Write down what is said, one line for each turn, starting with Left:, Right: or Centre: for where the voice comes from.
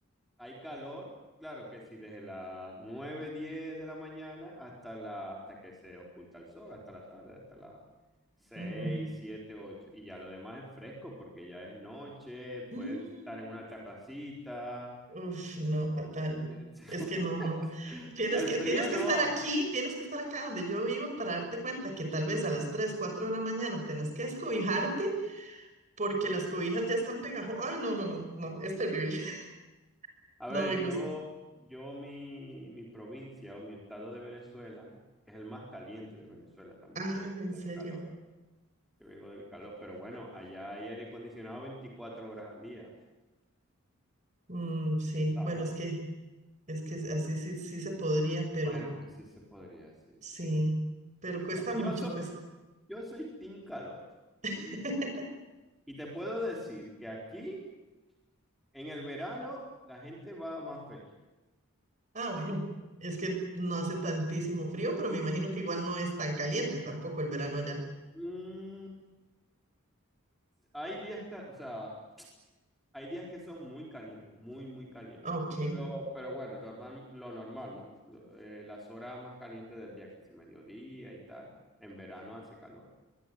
Centre: Hay calor, claro que sí, desde las 9 10 de la mañana hasta la, hasta que se oculta el sol, hasta la tarde, hasta las seis
Right: ujú.
Centre: siete ocho Y ya lo demás es fresco porque ya es noche,
Right: <gasps>
Centre: puedes estar en una terracita.
Right: Uf, no, fatal.
Centre: <laughs>
Right: Es que no, no. Tienes
Centre: El
Right: que,
Centre: frío
Right: tienes que
Centre: no.
Right: estar aquí, tienes que estar acá donde yo vivo para darte cuenta que tal vez a las 3, 4 de la mañana tenés que escobijarte porque las cobijas ya están pegajosas. Ay, no, no, no, no, es terrible. <laughs>
Centre: A
Right: No
Centre: ver,
Right: me
Centre: yo,
Right: gusta.
Centre: yo mi, mi provincia o mi estado de Venezuela es el más caliente de Venezuela también.
Right: Ah,
Centre: Yo vengo
Right: en
Centre: del
Right: serio.
Centre: calor. Yo vengo del calor, pero bueno, allá hay aire acondicionado 24 horas al día,
Right: Mm, sí,
Centre: ¿sabes?
Right: bueno, es que, es que así sí, sí se podría, pero
Centre: Bueno, sí se podría, sí,
Right: sí,
Centre: sí, sí.
Right: pero cuesta
Centre: Bueno, yo
Right: mucho,
Centre: soy,
Right: cuesta.
Centre: yo soy team calor
Right: <laughs>
Centre: y, y te puedo decir que aquí en el verano la gente va más feliz.
Right: Ah, bueno, es que no hace tantísimo frío, pero me imagino que igual no es tan caliente tampoco el verano allá.
Centre: Mm, hay días, ca- o sea, hay días que son muy calientes, muy, muy calientes,
Right: Ok.
Centre: pero, pero bueno, normal, lo normal, ¿no? Lo- eh, las horas más calientes del día, que si mediodía y tal, en verano hace calor,